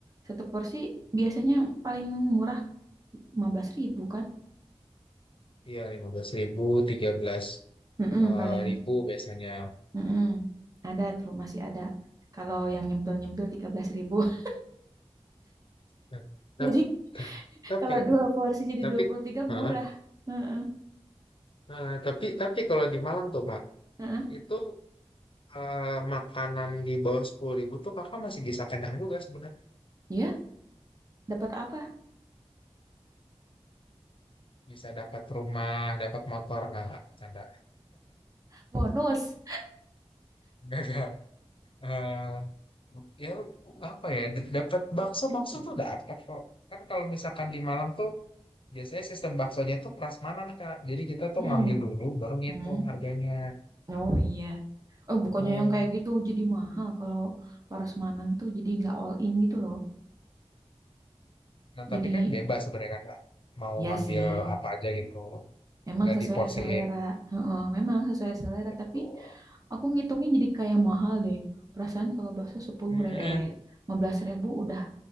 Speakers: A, on the right; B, on the left.
A: satu porsi biasanya paling murah 15.000 kan?
B: Iya lima belas ribu, 13
A: Heeh,
B: eh,
A: paling,
B: ribu biasanya.
A: heeh. Ada tuh, masih ada. Kalau yang nyempil-nyempil tiga belas ribu <laughs>
B: Nah, tap-
A: Jadi
B: ta- tapi,
A: kalau dua porsi jadi
B: tapi,
A: 23
B: Hah?
A: murah. Heeh,
B: Nah, tapi, tapi kalau di Malang tuh Pak,
A: heeh.
B: itu eh, makanan di bawah sepuluh ribu tuh kakak masih bisa kenyang juga sebenarnya.
A: ya dapat apa?
B: Bisa dapat rumah, dapat motor nggak? Nggak, Canda.
A: Bonus.
B: Nggak, nggak. Eh, ya apa ya d- dapat bakso bakso tuh dapat kok kan kalau misalkan di Malang tuh biasanya sistem baksonya itu prasmanan kak jadi kita tuh
A: Mm.
B: ngambil dulu baru ngitung
A: Hmm.
B: harganya
A: Oh iya. Oh bukannya
B: Oh.
A: yang kayak gitu jadi mahal kalau parosmanan tuh jadi nggak all in gitu loh.
B: nah tapi
A: Jadi
B: kan bebas sebenarnya kan Kak. mau
A: ya
B: ngambil
A: sih,
B: apa aja gitu
A: emang
B: nggak
A: sesuai
B: diporsiin
A: selera. Heeh, memang sesuai selera
B: betul
A: tapi aku ngitungnya jadi kayak mahal deh. Perasaan kalau bakso sepuluh
B: hmm
A: ribu eh lima belas ribu udah